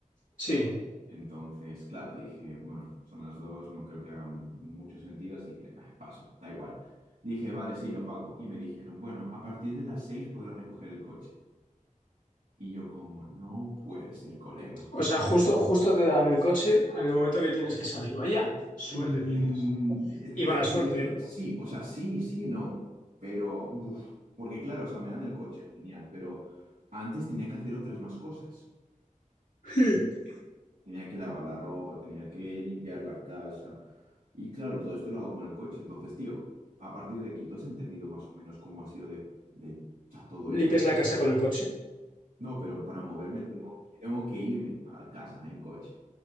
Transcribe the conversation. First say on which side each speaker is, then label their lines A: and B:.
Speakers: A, on the left; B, on the right.
A: sí.
B: Entonces, claro, dije, bueno, son las dos, no creo que hagan mucho sentido, así que bah, paso, da igual. Dije, vale, sí, lo pago. Y me dijeron, bueno, a partir de las seis podrás recoger el coche. Y yo como, no puede ser, colega.
A: O sea, justo, justo te dan el coche en el momento que tienes que salir. Vaya,
B: Eh,
A: suerte
B: mm,
A: tienes.
B: e-
A: Y mala
B: este
A: suerte,
B: momento,
A: ¿eh?
B: sí, o sea, sí, sí, no. Pero, buf, porque claro, o sea, me dan el coche, genial, pero antes tenía que hacer otras más cosas.
A: <laughs>
B: Tenía que lavar la ropa, tenía que limpiar la casa. Y claro, todo esto lo hago con el coche. Entonces, tío, a partir de aquí, ¿tú has entendido más o menos cómo ha sido de, de cha- todo esto?
A: Limpias la casa con el coche.
B: No, pero para moverme tengo, tengo que irme a casa en coche.